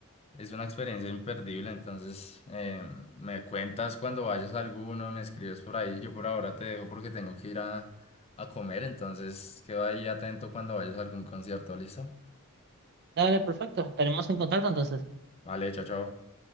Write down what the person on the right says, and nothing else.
Dale, perfecto. Estaremos en contacto entonces.